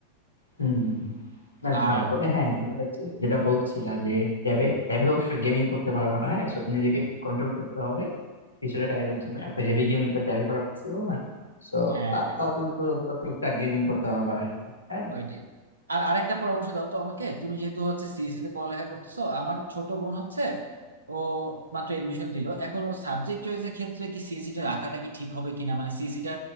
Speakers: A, on the left; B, on the right.
A: হুম, হুম, হুম। না
B: আর
A: ভালো তবে হ্যাঁ তুমি হচ্ছে যেটা বলছিলা যে ট্যাবে ট্যাবে অবশ্য গেমিং করতে পারবা না হ্যাঁ সো নিজেকে একটু কন্ট্রোল করতে হবে কিছুটা টাইমের জন্য এত হেভি গেমিং তো ট্যাবে করা পসিবল না সো
B: হ্যাঁ হ্যাঁ।
A: তত পর্যন্ত টুকটাক গেমিং করতে পারবা আর কি হ্যাঁ
B: ওইটাই আর আরেকটা পরামর্শ দাও তো আমাকে তুমি যেহেতু হচ্ছে সিএসসি তে পড়ালেখা করতেছো আমার ছোট বোন হচ্ছে ও মাত্র এডমিশন দিল এখন ও সাবজেক্ট চয়েসের ক্ষেত্রে কি সিএসসি টা রাখাটা কি ঠিক হবে কিনা মানে সিএসসি টা